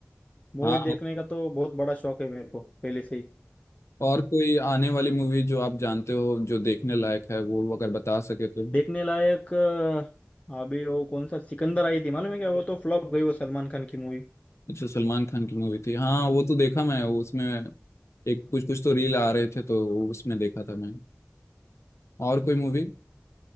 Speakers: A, on the left; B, on the left.
A: मूवी
B: हाँ
A: देखने का तो बहुत बड़ा शौक है मेरे को पहले से ही
B: और कोई आने वाली मूवी जो आप जानते हो जो देखने लायक है वो अगर बता सके तो
A: देखने लायक अ, अभी वो कौन सा सिकंदर आई थी मालूम है क्या वो तो फ्लॉप गई वो सलमान खान की मूवी
B: अच्छा सलमान खान की मूवी थी हाँ वो तो देखा मैं वो उसमें एक कुछ कुछ तो रील आ रहे थे तो वो उसमें देखा था मैं और कोई मूवी